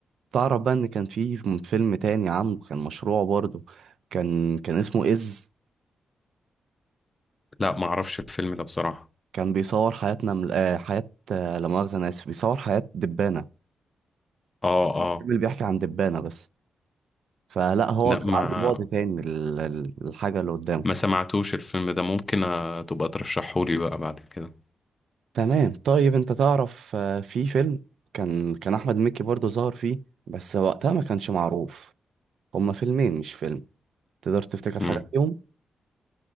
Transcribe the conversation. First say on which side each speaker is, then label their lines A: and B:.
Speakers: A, on the right (about 75°); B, on the left (about 20°).
A: تعرف بقى ان كان في فيلم تاني عامله كان مشروع برضه كان كان اسمه إز
B: لا ما اعرفش الفيلم ده بصراحه
A: كان بيصور حياتنا من آه حياة آه لا مؤاخذة أنا آسف بيصور حياة دبانة
B: اه
A: الفيلم
B: اه
A: اللي بيحكي عن دبانة بس فلا هو
B: لا
A: بيبقى
B: ما
A: عنده بعد تاني للحاجة اللي قدامه
B: ما سمعتوش الفيلم ده ممكن آه، تبقى ترشحهولي بقى بعد كده
A: تمام طيب أنت تعرف آه في فيلم كان كان أحمد مكي برضه ظهر فيه بس وقتها ما كانش معروف هما فيلمين مش فيلم تقدر تفتكر حاجة
B: امم
A: فيهم